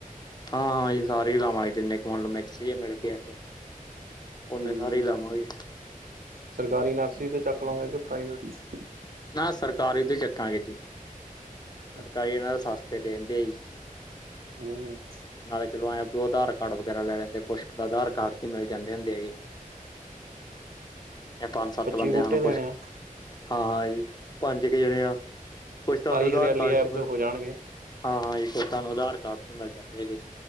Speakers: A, on the left (about 30°); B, on the right (about 80°).
A: ਥਾਂ ਅਈ ਸਾਰੇ ਈ ਲਾਵਾਂਗੇ ਤਿੰਨੇ ਕੁੰਡ ਮਿਕਸ ਜੇ ਮਿਲ ਕੇ ਅੱਜ। ਓਨੇ
B: ਹੂੰ
A: ਸਾਰੇ ਈ ਲਾਵਾਂਗੇ।
B: ਸਰਕਾਰੀ ਨਰਸਰੀ ਤੇ ਚੱਕ ਲਉਗੇ ਕੇ ਪ੍ਰਾਈਵੇਟ ਸ?
A: ਨਾ ਸਰਕਾਰੀ ਤੇ ਚਖਾਂਗੇ ਜੀ।
B: ਹੂੰ
A: ਸਰਕਾਰੀ ਏਨਾ ਦੇ ਸਸਤੇ ਦੇਣਦੇ ਅ ਜੀ।
B: ਹੂੰ
A: ਨਾਲੇ ਚਲੋ ਆਯੇ ਅ ਪੀ ਓਦਾ ਹ ਕਾਰਡ ਵਗੈਰਾ ਲੈ ਜੰਦੇ। ਕੁਸ਼ਕ ਤਾ ਆਧਾਰ ਕਾਰਡ ਤੇ ਮਿਲ ਜਾਂਦੇ ਹੁੰਦੇ ਐ ਜੀ। ਐ ਪੰਜ ਸੱਤ
B: ਪੱਚੀ
A: ਬੰਦਿਆ
B: ਬੂਟੇ
A: ਨੂੰ ਕੁਛ
B: ਦੇਣੇ ਆ
A: ਹਾਂ -ਹਾਂ ਜੀ ਪੰਜ ਕ ਜਣੇ ਆ। ਕੁੱਛ ਤਾ ਨੂੰ
B: ਆਈ
A: ਆਧਾਰ
B: ਹਰਿਆਲੀ
A: ਕਾਰਡ ਚ
B: ਐਪ
A: ਮੈਂ
B: ਤੇ ਹੋ ਜਾਣਗੇ
A: ਹਾਂ-ਹਾਂ ਇਕ ਤਾਨੂੰ ਆਧਾਰ ਕਾਰਡ ਵੀ ਮਿਲ ਜਾਂਦੇ ਹੈਗੇ।